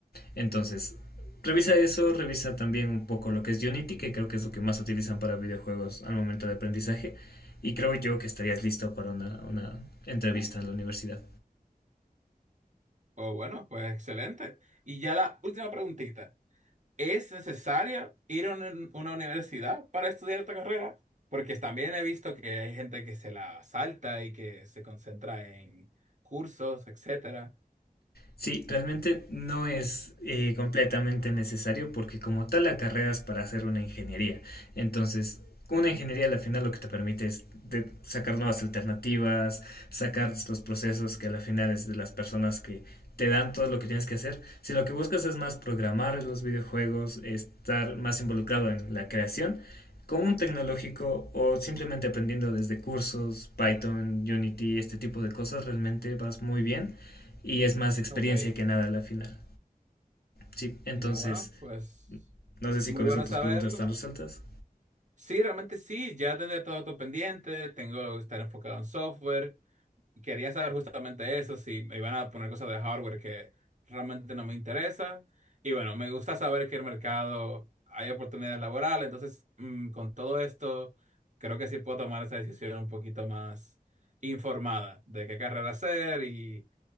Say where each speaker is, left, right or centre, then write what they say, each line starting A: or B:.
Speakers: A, on the left; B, on the right.
A: Entonces, Revisa eso, revisa también un poco lo que es Unity, que creo que es lo que más utilizan para videojuegos al momento de aprendizaje. Y creo yo que estarías listo para una, una entrevista en la universidad.
B: Oh, bueno, pues excelente. Y ya la última preguntita. ¿Es necesario ir a una una universidad para estudiar esta carrera? Porque también he visto que hay gente que se la salta y que se concentra en cursos, etcétera.
A: Sí, realmente no es eh, completamente necesario porque como tal acarreas para hacer una ingeniería. Entonces, una ingeniería al final lo que te permite es de- sacar nuevas alternativas, sacar estos procesos que al final es de las personas que te dan todo lo que tienes que hacer. Si lo que buscas es más programar los videojuegos, estar más involucrado en la creación, con un tecnológico o simplemente aprendiendo desde cursos, Python, Unity, este tipo de cosas, realmente vas muy bien y es más experiencia
B: Ok,
A: que nada la final. Sí, entonces,
B: no, bueno, pues
A: no sé si
B: muy
A: con
B: bueno
A: eso tus
B: saberlo.
A: preguntas están resueltas.
B: Sí, realmente sí, ya tendré todo esto pendiente, tengo que estar enfocado en software, quería saber justamente eso, si me iban a poner cosas de hardware que realmente no me interesa. Y bueno, me gusta saber que el mercado hay oportunidades laborales, entonces mm, con todo esto creo que sí puedo tomar esa decisión un poquito más informada de qué carrera hacer. Y